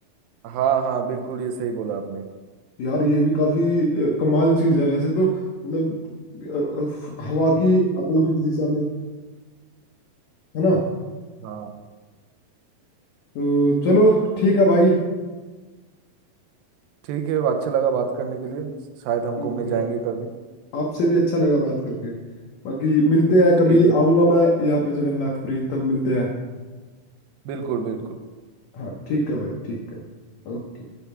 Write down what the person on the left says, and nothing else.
यार ये भी काफी अ, कमाल चीज है वैसे तो मतलब अ, अ, फ- हवा की अपोजिट दिशा में है ना
तो चलो ठीक है भाई
हाँ
भाई
आप
आपसे भी अच्छा लगा बात करके बाकी मिलते हैं
कभी
आऊंगा मैं यहाँ पे जगन्नाथपुरी तब मिलते हैं
हाँ ठीक है भाई ठीक है ओके